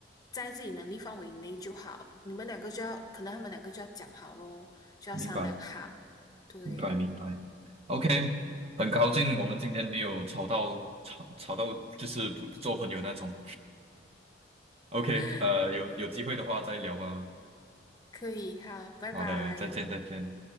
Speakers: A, on the left (about 20°); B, on the right (about 30°).
A: 在自己能力范围内就好。你们两个就要，可能他们两个就要讲好咯，就要商量好。
B: 明白
A: 对
B: 明白明白，OK，很高兴我们今天没有吵到吵吵到就是不不做朋友那种 <laughs>，OK，
A: <laughs>，OK，
B: 呃，有有机会的话再聊吧。
A: 可以，好，拜拜。
B: 好的，再见，再见。